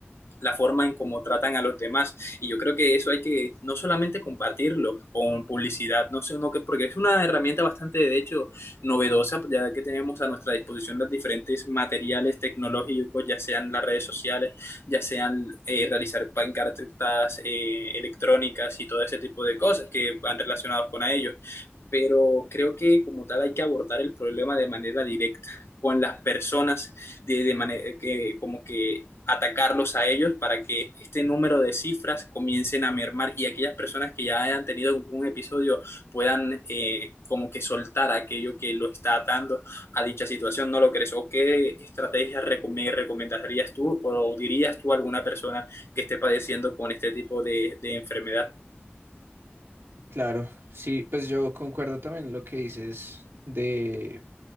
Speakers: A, on the left; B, on the right.
A: la forma en cómo tratan a los demás. Y yo creo que eso hay que no solamente compartirlo con publicidad, no sé, no que, porque es una herramienta bastante, de hecho, novedosa, ya que tenemos a nuestra disposición los diferentes materiales tecnológicos, ya sean las redes sociales, ya sean eh, realizar pancartas eh, electrónicas y todo ese tipo de cosas que van relacionados con ellos. Pero creo que como tal hay que abordar el problema de manera directa con las personas de, de manera que como que atacarlos a ellos para que este número de cifras comiencen a mermar y aquellas personas que ya hayan tenido un episodio puedan eh, como que soltar aquello que lo está atando a dicha situación, ¿no lo crees? ¿O qué estrategias recom- me recomendarías tú o dirías tú a alguna persona que esté padeciendo con este tipo de de enfermedad?
B: Claro, sí, pues yo concuerdo también lo que dices de...